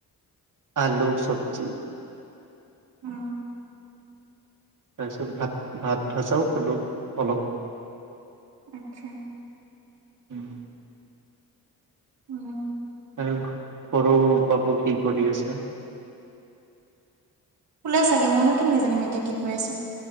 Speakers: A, on the right; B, on the right.
A: আলু চবজি।
B: উম।
A: তাৰপিছত ভাত ভাত ভজাও খালোঁ অলপ।
B: আচ্ছা।
A: ওম।
B: উ'ম।
A: এই সৰু বাবু কি কৰি আছে?
B: খোলে চাগে মইনো কেনেকে জানিম এতিয়া কি কৈ আছো?